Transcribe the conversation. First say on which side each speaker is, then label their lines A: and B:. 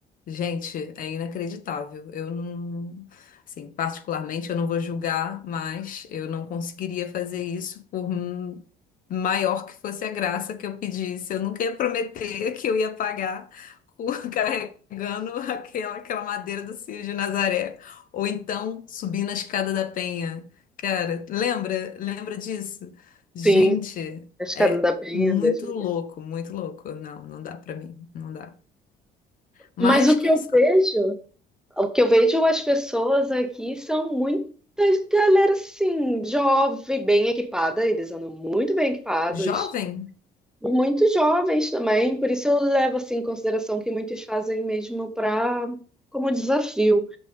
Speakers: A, on the left (about 55°); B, in the centre.
A: Gente, é inacreditável. Eu não, assim, particularmente eu não vou julgar, mas eu não conseguiria fazer isso por m- maior que fosse a graça que eu pedisse. Eu nunca ia prometer <laughs> que eu ia pagar com- <laughs> carregando aquela, aquela madeira do Círio de Nazaré. Ou então subindo a escada da Penha. Cara, lembra? Lembra disso? Gente,
B: sim, a Escada
A: é
B: da Penha.
A: muito
B: Deus me livre.
A: louco, muito louco. Não, não dá pra mim, não dá. Mas
B: Mas o
A: quem
B: que eu vejo O que eu vejo as pessoas aqui são muitas galera assim, jovem, bem equipada, eles andam muito bem equipados,
A: Jovem
B: muito jovens também, por isso eu levo assim em consideração que muitos fazem mesmo para como desafio,